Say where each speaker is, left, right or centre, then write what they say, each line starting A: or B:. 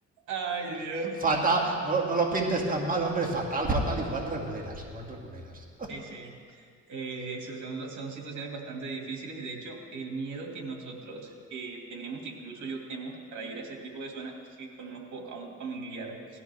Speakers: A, on the right; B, on the right.
A: Ay, Dios.
B: Fatal, no, no lo pintes tan mal, hombre, fatal, fatal, igual reguleras, igual reguleras.
A: Sí, sí. Eh, so- son, son situaciones bastante difíciles y de hecho el miedo que nosotros eh, tenemos, incluso yo temo, para ir a ese tipo de zonas, es que conozco a un familiar